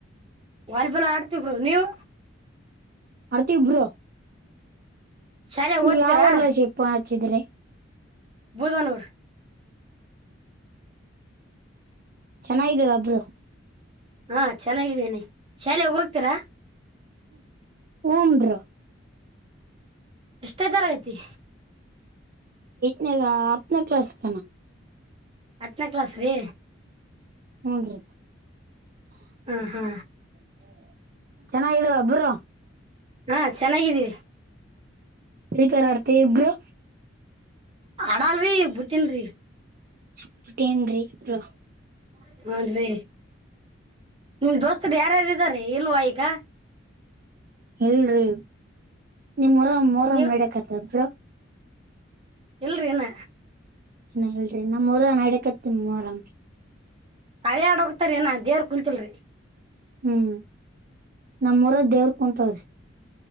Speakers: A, on the right; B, on the right.
A: ವಾಲಿಬಾಲ್ ಆಡ್ತವರು ನೀವು
B: ಆರ್ತಿ ಬ್ರೋ
A: ಶಾಲೆಗೆ
B: ನೀವ್
A: ಓದ್ತೀರಾ
B: ಯಾವಊರ್ಲ ಶಿಪ್ಪ ಹಚ್ಚಿದ್ರೆ
A: ಬೂದನೂರ್
B: ಚೆನ್ನಾಗಿದ್ದರ ಬ್ರೋ
A: ಹಾ ಚೆನ್ನಾಗಿದ್ದೇನೆ ಶಾಲೆೋಗ ಹೋಗ್ತೀರಾ
B: ಹೂಂ ಬ್ರೋ
A: ಎಷ್ಟೇ ತರ ಐತಿ
B: ನ ಆಪ್ನ ಕ್ಲಸ್ಕ
A: ಹತ್ತನೇ ಕ್ಲಾಸ್ ರೀ
B: ಹ್ಞನ್ ರೀ <inaudible>
A: ಹಾ ಹಾ
B: ಚೆನ್ನಾಗಿದಬ್ಬರು
A: ಹಾ ಚೆನ್ನಾಗಿದ್ದೀವಿ
B: ಫ್ರೀ ಫೈರ್ ಆಡ್ತಿ ಬ್ರೋ
A: ಹಡಲ್ರಿ ಬತನ್ರಿ
B: <unintelligible>
A: <unintelligible> ಅದೀ ನಿಮ ದೋಸ್ತರು ಯಾರಾರುದಾರೀ ಇಲ್ವಾ ಈಗ
B: ಎಲ್. ನಿಮ್ರ ಮೋರ್
A: ನೀವ್
B: ನಡಕ್ತ್ ಇಬ್ರು
A: ಇಲ್ರಿ ನ
B: ಇನ್ನ ಹೇಳ್ರರಿ ನಮ್ಮೂರ ನಡಕತ್ತಮ ಮೊಹರಾಂರಿ
A: ಹರಾಡ ಹೋಗ್ತಾರ ಏ ನ ದೇವ್ರ ಕುಂತಲ್ರಿ
B: ಹ್ಮ್ ನಮ ಊರದ ದೇವ್ರ ಕುಂತವ್ರಿ